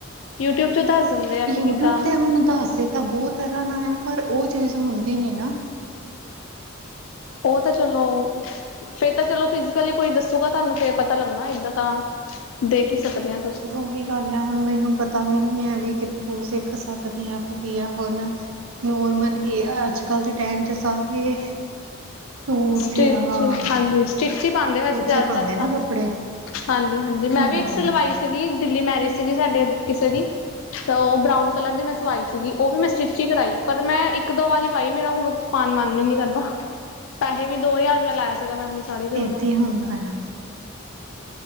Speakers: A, on the left; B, on the right.
A: ਯੂਟਿਊਬ 'ਚ ਦੱਸ ਦਿੰਦੇ ਆ
B: ਯੂਟਿਊਬ
A: ਕਿ ਕਿੱਦਾਂ
B: ਤੇ ਹੁਣ ਦੱਸ ਤਾਂ ਬਹੁਤ ਤਰ੍ਹਾਂ ਨਾਲ ਆ ਪਰ ਉਹ ਚੀਜ਼ ਹੁੰਦੀ ਨਹੀਂ ਨਾ
A: ਉਹ ਤਾਂ ਚਲੋ ਫੇਰ ਤਾਂ ਚਲੋ ਫਿਜੀਕਲੀ ਕੋਈ ਦੱਸੂਗਾ ਤੁਹਾਨੂੰ ਫ ਪਤਾ ਲੱਗਣਾ ਏਦਾਂ ਤਾਂ ਦੇਖ ਹੀ ਸਕਦੇ ਹਾਂ
B: ਦੂਰੀ ਗੱਲ ਹੈ ਹੁਣ ਮੈਨੂੰ ਪਤਾ ਵੀ ਨਹੀਂ ਹੈ ਵੀ ਕਿੱਥੋਂ ਸਿੱਖ ਸਕਦੇ ਹਾਂ ਕੋਈ ਆ ਹੁਣ ਨੋਰਮਲੀ ਅਜ ਕਲ ਦੇ ਟਾਈਮ ' ਸਾਰੇ ਸੂਟ
A: ਸਟਿਚ
B: ਜਾਂ
A: ਹਾਂਜੀ ਸਟਿਚ ਹੀ ਪਾਉਂਦੇ ਵੈਸੇ
B: ਦੂਜੇ
A: ਜ਼ਿਆਦਾਤਰ
B: ਪਾਉਂਦੇ ਨਾ
A: ਤਾਂ
B: ਕੱਪੜੇ
A: ਹਾਂਜੀ ਹਾਂਜੀ ਮੈਂ
B: ਹੂੰ
A: ਵੀ ਇੱਕ ਸਿਲਵਾਈ ਸੀਗੀ ਦਿੱਲੀ ਮੈਰਿਜ ਸੀਗੀ ਸਾਡੇ ਕਿਸੇ ਦੀ ਤਾਂ ਉਹ ਬਰਾਊਨ ਕਲਰ ਦੀ ਮੈਂ ਸਵਾਈ ਸੀਗੀ ਉਹ ਵੀ ਮੈਂ ਸਟਿਚ ਹੀ ਕਰਵਾਾਈ ਪਰ ਮੈਂ ਇੱਕ ਦੋ ਵਾਰੀ ਪਾਈ ਮੇਰਾ ਹੁਣ ਪਾਾਨ ਮਨ ਹੀ ਨੀ ਕਰਦਾ ਪੈਸੇ ਵੀ ਦੋ ਹਜ਼ਾਰ ਰੁਪਇਆ ਲਾਇਆ ਸੀਗਾ ਮੈਂ ਆਪਣੀ ਸਾੜੀ ਤੇ ਉਹਦਾ
B: ਇੱਦਾਂ ਹੁੰਦਾ ਆ